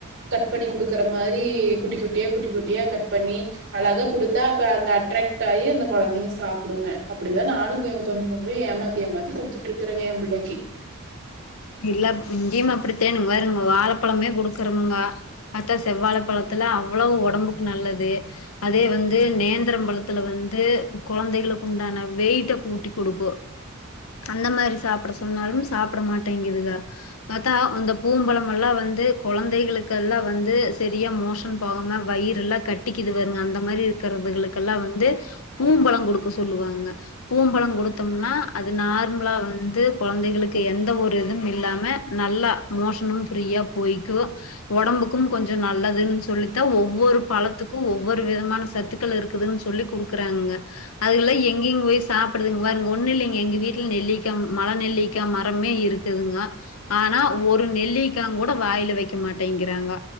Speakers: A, on the right; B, on the left.
A: பண்ண <unintelligible> கொடுக்குற மாரி குட்டி குட்டியா குட்டி குட்டியா கட் பண்ணி அழகா குடுத்தா அப்ரோ அந்த அட்ராக்ட் ஆகி அந்த குழந்தைங்க சாப்பிடுங்க அப்படிதா நானு கொஞ்சோ கொஞ்சோ ஏமாத்தி ஏமாத்தி குடுத்துட்டு இருக்குறங்க எ பிள்ளைக்கு
B: இல்ல இங்கயும் அப்பத்த ங்கருங்க வாழைப்பழமே கொடுக்குறங்க அத்தா செவ்வாழ பழத்துல அவ்வளவு உடம்புக்கு நல்லது அதே வந்து நேந்திர பழத்துல வந்து குழந்தைகளுக்கு உண்டான வெயிட்ட கூட்டி கொடுக்கு அந்த மாரி சாப்பிட சொன்னாலு சாப்பிட மாட் ட்டேங்குதுங்க, அதா அந்த பூம்பழம் எல்லா வந்து குழந்தைகல்லா வந்து சரியா மோஷன் போகாம வயிறு எல்லாம் கட்டக்குதுங்க அந்த மாதிர இருக்குறவங்கலுகு வந்து பூம்பழம் கொடுக்க சொல்லுவாங்க பூம்பழம் கொடுத்த நார்மலா வந்து குழந்தைகளுக்கு எந்த ஒரு ரது இல்லாம நல்லா மோஷனு ஃப்ரீயா போய்க்கு ஒடம்புக்கு கொஞ்சோ நல்லதுன்னு சொல்லித்த ஒவ்வொரு பழத்துக்கும் ஒவ்வொரு விதமான சத்துக்கள் இருக்குதுன்னு சொல்லடுக்கறாங்க அதுகலா எங்கங்க போய் சாப்பிடுதுங்க ஒண்ணு இல்லைங்க எங்க வீட்டுல நெல்லிக்க மல நெல்லிக்கா மரமே இருக்கு க்குதுங்க ஆனா ஒரு நெல்லிக்கா கூட வாயில வைக்க மாட்டேங்கிறாங்க